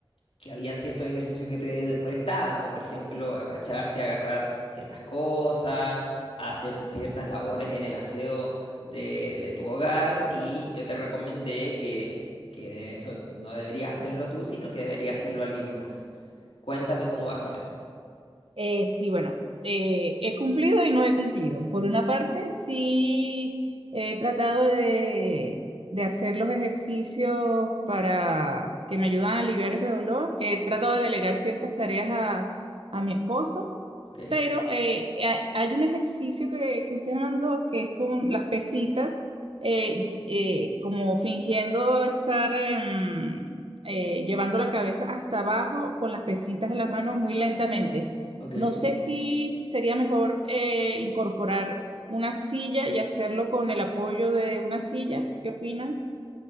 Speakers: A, on the left; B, on the right.
A: que habían ciertos ejercicios que te molestaban, como por ejemplo agacharte, agarrar ciertas cosas, hacer ciertas labores en el aseo de, de tu hogar, y yo te recomendé que, que eso no deberías hacerlo tú, sino que debería hacerlo alguien más. Cuéntame cómo vas con eso,
B: Eh, sí, bueno, eh, he cumplido y no he cumplido. Por una parte, sí he tratado de, de hacer los ejercicios para que me ayudan a aliviar ese dolor. He tratado de delegar ciertas tareas a, a mi esposo,
A: ¿ok?
B: pero eh, ha- hay un ejercicio que, que usted me mandó que es con las pesitas, eh, eh, como fingiendo estar em, eh, llevando la cabeza hasta abajo con las pesitas en las manos muy lentamente.
A: Ok.
B: No sé si, si sería mejor eh, incorporar una silla y hacerlo con el apoyo de una silla. ¿Qué opinan?